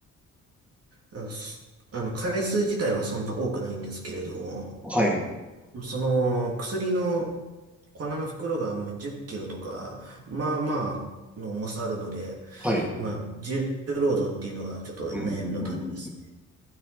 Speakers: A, on the right; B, in the centre.
A: あの、すあの回数自体はそんな多くないんですけれども、
B: はい、
A: その、薬の粉の袋が、まあ、10キロとか、まあまあ、の重さあるので、
B: はい。
A: まあ、重労働っていうのがちょっと悩みの種です。
B: うん、うん、うん、